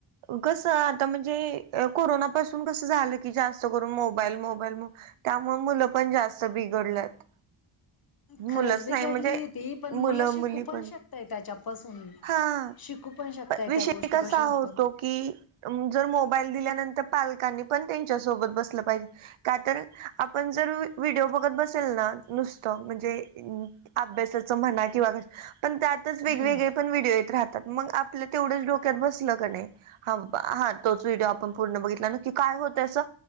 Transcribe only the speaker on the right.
कसं आता म्हणजे कोरोनापासून कसं झालं की जास्त करून मोबाईल मोबाईल मंग त्यामुळे मुलं पण जास्त बिघडलंयत
मुलंच
नाही म्हणजे
मुलं
मुली पण
ह अ
पन विषय
कसा होतो
की तुम्ही जर मोबाईल दिल्यानंतर पालकांनी पण त्यांच्यासोबत बसलं पाहिजे का तर आपण जर व्हिडिओ बघत बसेल ना नुस त म्हणजे अभ्यासाच म्हणा किंवा पण त्यात तेच वेगवेगळे
पण व्हिडिओ येत राहतात मग आपलं तेवढंच डोक्यात बसलं का नाही ह हा तोच व्हिडिओ आपण पूर्ण बघितला ना की काय होत असं